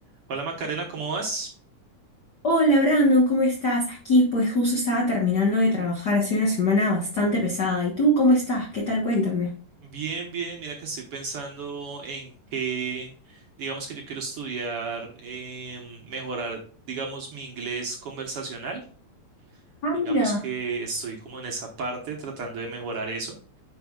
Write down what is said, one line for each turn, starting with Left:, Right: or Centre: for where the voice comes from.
Right: Hola Macarena, ¿cómo vas?
Left: Hola Brandon, ¿cómo estás? Aquí pues justo estaba terminando de trabajar, ha sido una semana bastante pesada. ¿Y tú cómo estás? ¿Qué tal? Cuéntame.
Right: Bien, bien. Mira que estoy pensando en que, digamos que yo quiero estudiar, em, mejorar, digamos, mi inglés conversacional.
Left: Ah,
Right: Digamos
Left: mira.
Right: que estoy como en esa parte tratando de mejorar eso.